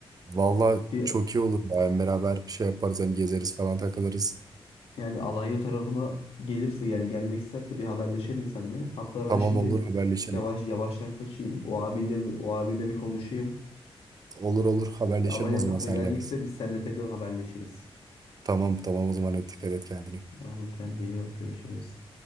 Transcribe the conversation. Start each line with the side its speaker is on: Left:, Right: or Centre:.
Right: Vallahi
Left: Bir
Right: çok iyi olur. ya. Hem beraber şey yaparız hem gezeriz falan takılırız.
Left: Yani Alanya tarafına gelirse yani gelmek isterse bir haberleşelim seninle. Hatta ben
Right: Tamam
Left: şimdi
Right: olur haberleşelim.
Left: yavaş yavaştan kaçayım. O abiyle bir- o abiyle bir konuşayım.
Right: Olur olur haberleşelim
Left: Bir Alanya
Right: o zaman
Left: tarafına
Right: senle
Left: gelecekse
Right: biz.
Left: biz seninle tekrar haberleşiriz.
Right: Tamam tamam o zaman hadi dikkat et kendine.
Left: Tamamdır kendine iyi bak görüşürüz.